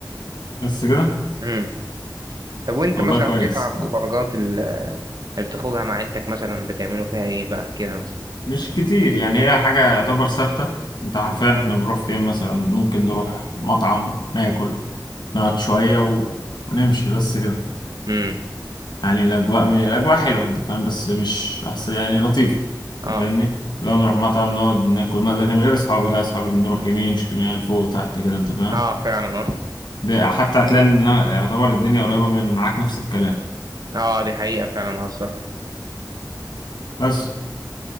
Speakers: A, on the left; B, on the right.
A: بس كده
B: مم. طب وانت
A: والله
B: مثلا
A: كويس
B: كده على الخروجات اللي بتخرجها مع عيلتك مثلا بتعملوا فيها ايه بقى كده مثلا
A: مش كتير يعني هي حاجة يعتبر ثابتة انت عارفين احنا بنروح فين مثلا ممكن نروح مطعم ناكل نقعد شوية و... ونمشي بس كده
B: امم
A: يعني الأجواء م... الأجواء حلوة انت فاهم بس مش أحسن يعني لطيف
B: اه
A: انت فاهمني لو نروح مطعم نقعد ناكل ما... لكن غير أصحابي لا أصحابي بنروح يمين شمال فوق تحت كده انت فاهم
B: اه فعلا اه
A: ده حتى هتلاقي ان يعتبر الدنيا قريبة من معاك نفس الكلام
B: اه دي حقيقة فعلا اه الصراحة
A: بس